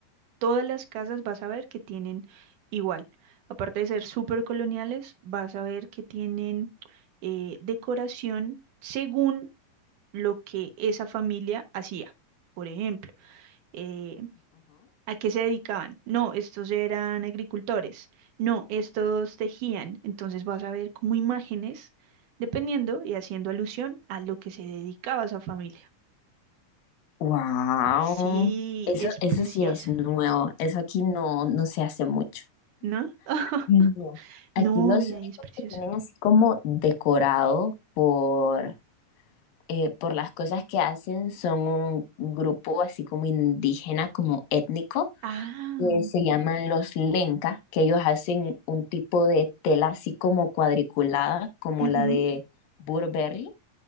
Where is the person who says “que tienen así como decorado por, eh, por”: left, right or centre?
Left